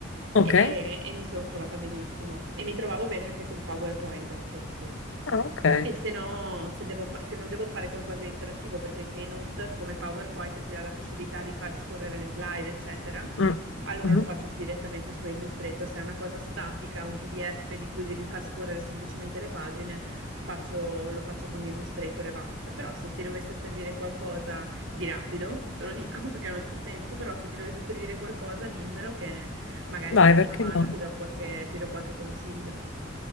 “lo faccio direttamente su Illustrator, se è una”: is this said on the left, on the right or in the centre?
Right